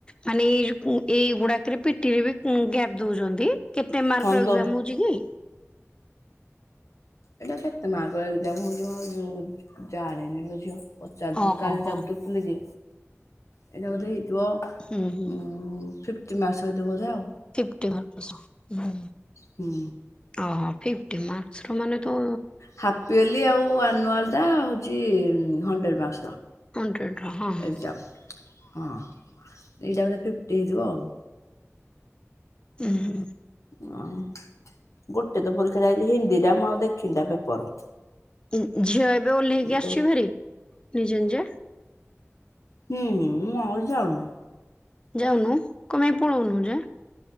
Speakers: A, on the left; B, on the left.
A: ମାନେ ଏଇ ଯୋଉ ଏଇଗୁଡାକରେ ପିଟିରେ ବି ଗ୍ୟାପ ଦଉଛନ୍ତି? କେତେ ମାର୍କ
B: ହଁ
A: ର
B: ତ
A: ଏକ୍ଜାମ ହୋଉଛି କି?
B: ଏଇଟା କେତେ ମାର୍କ ର ଏଗଯାମ୍ ହୋଉଛି ଯୋଉ ଜାଣିନିଲୋ ଝିଅ ପଚାରୁଥିଲୁ
A: ଓହୋ
B: କାଲି
A: ହୋ
B: ତା ଲୁକି ଏଇଟା ବୋଧେ ହେଇଥିବ ଉଁ
A: ହୁଁ ହୁଁ
B: ଫିଫ୍ ଚ ମାସ ଭିତରେ ବୋଧେ ଆଉ।
A: ଫିଫ୍ଟି ମାର୍କ ର ଶ ହୁଁ
B: ହୁଁ
A: ଓହୋ ଫିଫ୍ଟି ମାର୍କସ୍ ର ମାନେ ତ
B: ହାପିଏଲି ଆଉ ଆନୁଆଲଟା ହୋଉଛି ହଣ୍ଡ୍ରେଡ ମାର୍କସ୍ ର।
A: ହଣ୍ଡ୍ରେଡ ର ହଁ ହଁ
B: ଏ ଯା ହଁ ଏଇଟା ବୋଧେ ଫିଫ୍ଟି ହେଇଥିବ ଆଉ।
A: ହୁଁ।
B: ହଁ। ଗୋଟେ ତ ପରୀକ୍ଷା ଯାଇଛି ହିନ୍ଦୀଟା ମୁଁ ଆଉ ଦେଖିନି ତା ପେପର।
A: ଉ ଉ ଝିଅ ଏବେ ଓଲ୍ହେଇକି
B: ହୁଁ
A: ଆସୂଚୀ ଭାରି ନିଜେ ନିଜେ?
B: ହୁଁ ହ ମୁଁ ଆଉ ଯାଉନି।
A: ଯାଉନୁ କଣ ପାଇଁ ପଳଉନୁ ଯେ।